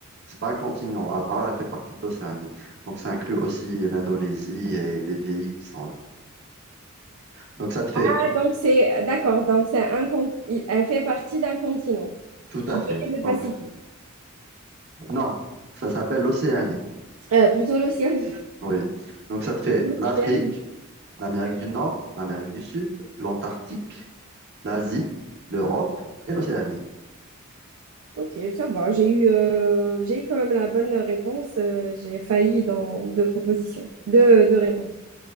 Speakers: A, on the right; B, on the right.
A: C'est pas un continent à part, elle fait partie de l'Océanie. Donc ça inclut aussi l'Indonésie et les pays qui sont là. Donc ça te fait
B: Ah donc c'est d'accord. Donc c'est un cont- il- elle fait partie d'un continent
A: tout
B: qui
A: à
B: est
A: fait.
B: le Pacifique.
A: Donc non, ça s'appelle l'Océanie.
B: Euh, plutôt l'océan. <laughs>
A: Oui. Donc ça te fait
B: Plutôt l'océan.
A: l'Afrique. l'Amérique du Nord, l'Amérique du Sud, l'Antarctique, l'Asie, l'Europe et l'Océanie.
B: Ok, ça va. J'ai eu euh, j'ai eu quand même la bonne réponse. Euh, j'ai failli dans deux propositions, deux deux réponses.